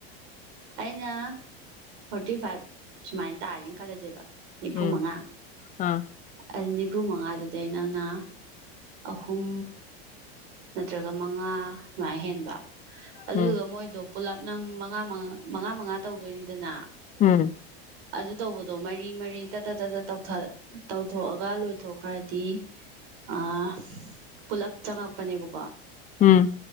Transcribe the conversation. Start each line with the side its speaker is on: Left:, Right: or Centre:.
Right: ꯑꯩꯅ ꯐꯣꯔꯇꯤ ꯐꯥꯏꯚ ꯁꯨꯃꯥꯏꯅ ꯇꯥꯔꯦꯅ ꯈꯜꯂꯁꯦꯕ ꯅꯤꯐꯨꯃꯉꯥ
Left: ꯎꯝ ꯑꯥ
Right: ꯑꯗꯨ ꯅꯤꯐꯨ ꯃꯉꯥꯗꯨꯗꯩꯅꯪꯅ ꯑꯍꯨꯝ ꯅꯠꯇ꯭ꯔꯒ ꯃꯉꯥ ꯁꯨꯃꯥꯏ ꯍꯦꯟꯕ ꯑꯗꯨꯗꯨꯒ
Left: ꯎꯝ
Right: ꯃꯣꯏꯗꯣ ꯄꯨꯂꯞ ꯅꯪ ꯃꯉꯥ ꯃꯉꯥ ꯃꯉꯥ ꯇꯧꯗꯣꯏꯅꯤꯗꯅ
Left: ꯎꯝ
Right: ꯑꯗꯨ ꯇꯧꯕꯗꯣ ꯃꯔꯤ ꯃꯔꯤ ꯇꯠꯇꯠ ꯇꯠꯇꯠ ꯇꯧ ꯇꯧꯊꯣꯛꯑꯒ ꯂꯣꯏꯊꯣꯛꯈ꯭ꯔꯗꯤ ꯑ ꯄꯨꯂꯞ ꯆꯪꯉꯛꯄꯅꯦꯕꯀꯣ
Left: ꯎꯝ